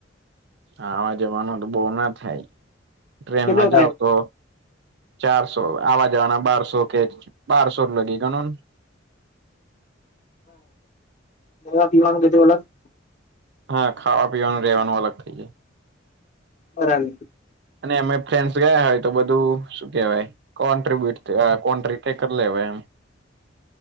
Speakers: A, on the right; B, on the left.
A: આવા જવાનું તો બો ના થાય. ટ્રેનમાં
B: કેટલો
A: જાવ
B: થાય
A: તો ચારસો આવા જવાના બારસો કે બારસો લગી ગનો.
B: ખાવા પીવાનું બધું અલગ.
A: હા ખાવા પીવાનું રેવાનું અલગ થઇ જાય.
B: બરામ.
A: અને અમે ફ્રેન્ડસ ગયા હોય તો બધું શું કેવાય. કોન્ટર્બયુટ કોન્ટ્ર કરી લેવાય એમ.